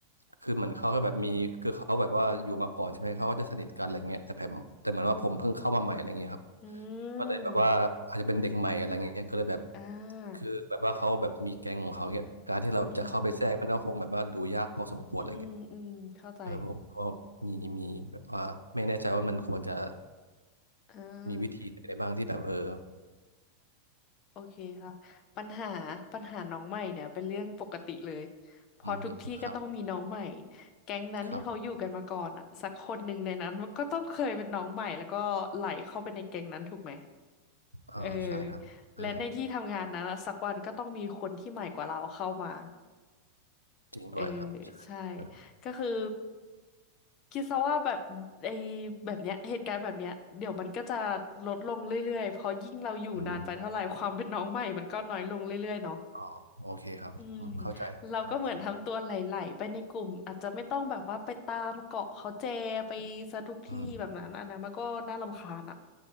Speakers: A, on the right; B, on the left.
A: คือเหมือนเขาก็แบบมีคือเขาแบบว่าอยู่มาก่อนใช่ไหมเขาก็จะสนิทกันอะไรเงี้ยแต่ผมแต่เหมือนว่าผมเพิ่งเข้ามาใหม่อะไรเงี้ยครับ
B: อื
A: ก็เลยแบบว่าอาจจะเป็นเด็กใหม่อะไรเงี้ยก็เลยแบบ
B: มอ่า
A: คือแบบว่าเขาแบบมีแก๊งของเขาเงี้ยการที่เราจะเข้าไปแทรกมันก็คงแบบว่าดูยากพอสมควรอะไรเงี้ย
B: อืมอืมอืมเข้าใจ
A: เออผมก็มีมีแบบว่าไม่แน่ใจว่ามันควรจะ
B: อ่า
A: มีวิธีไหนได้บ้างที่แบบเออ
B: โอเคค่ะปัญหาปัญหาน้องใหม่เนี่ยเป็นเรื่องปกติเลยพอทุกที่ก็ต้องมีน้องใหม่
A: อืมครับ
B: แก๊งนั้นที่เขาอยู่กันมาก่อนอ่ะสักคนหนึ่งในนั้นมันก็ต้องเคยเป็นน้องใหม่แล้วก็ไหลเข้าไปในแก๊งนั้นถูกไหม
A: ครับอ่าใช่ครับเออ
B: เออและในที่ทำงานนั้นอะสักวันก็ต้องมีคนที่ใหม่กว่าเราเข้ามา
A: จริงด้วยครับใช่เออ
B: เออใช่ก็คือคิดซะว่าแบบไอ้แบบเนี้ยเหตุการณ์แบบเนี้ยเดี๋ยวมันก็จะลดลงเรื่อยๆเพราะยิ่งเราอยู่นานไปเท่าไหร่ความเป็นน้องใหม่มันก็น้อยลงเรื่อยๆเนาะ
A: อืมอ๋อโอเคครับอืมเข้าใจครับใช่ใช่
B: อืมเราก็เหมือนทำตัวไหลๆไปในกลุ่มอาจจะไม่ต้องแบบว่าไปตามเกาะเขาแจไปซะทุกที่แบบนั้นอันนั้นมันก็น่ารำคาญอะ
A: อืม